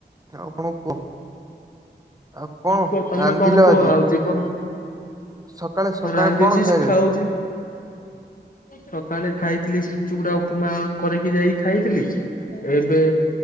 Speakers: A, on the right (about 20°); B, on the left (about 50°).
A: ଆଉ କଣ କୁହ ଆଉ କଣ
B: କୁହ ତମେ
A: ରାନ୍ଧିଲ
B: କଣ କୁହ
A: ଆଜି?
B: ଆଉ ଜୀବନ
A: ସକାଳେ ସକାଳେ
B: ରାନ୍ଧୁଛି
A: କଣ ଖାଇଲେ?
B: ଖାଉଛି ସକାଳେ ଖାଇଥିଲି ସେ ଚୁଗୁଡା ଉପମା କରିକି ଯାଇକି ଖାଇଥିଲି ଏବେ